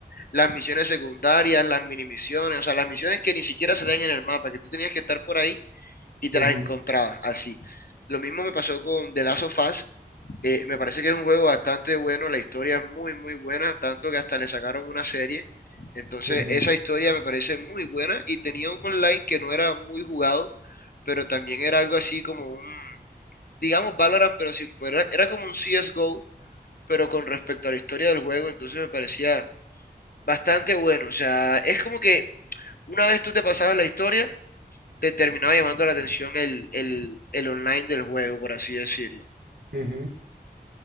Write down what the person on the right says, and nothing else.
ujú,
ujú,
ujú.